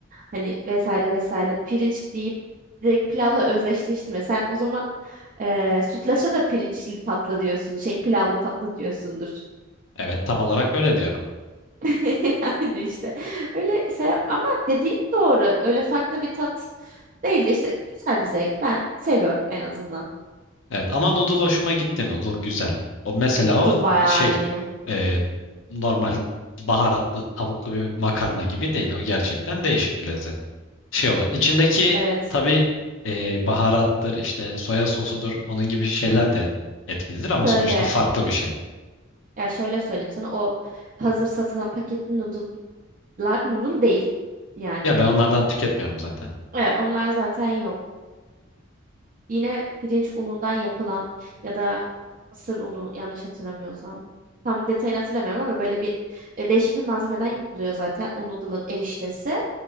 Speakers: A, on the right; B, on the left.
A: Hani vesaire vesaire. Pirinç deyip direkt pilavla özdeşleştirme. Sen o zaman eee sütlaça da pirinçli tatlı diyorsun. Şey pilavlı tatlı diyorsundur.
B: Evet tam olarak öyle diyorum.
A: <laughs> Yani işte öyle say ama dediğin doğru. Öyle farklı bir tat değil de işte güzel bir zevk. Ben seviyorum en azından.
B: Evet ama noodle hoşuma gitti. Noodle güzel. O mesela
A: Noodle
B: o
A: bayağı
B: şey
A: iyi.
B: e, normal baharatlı tavuklu bir makarna gibi değil. O gerçekten değişik bir lezzet. Şey olur. İçindeki
A: Evet.
B: tabii e, baharattır işte soya sosudur onun gibi şeyler de etkilidir ama
A: Şöyle
B: sonuçta farklı bir şey.
A: ya şöyle söyleyeyim sana o hazır satılan paketli noodle'lar noodle değil yani.
B: Ya ben onlardan tüketmiyorum zaten.
A: Evet, onlar zaten yok. Yine pirinç unundan yapılan ya da mısır unu yanlış hatırlamıyorsam. Tam detayını hatırlamıyorum ama böyle bir e, değişik bir malzemeden yapılıyor zaten o noodle'ın eriştesi.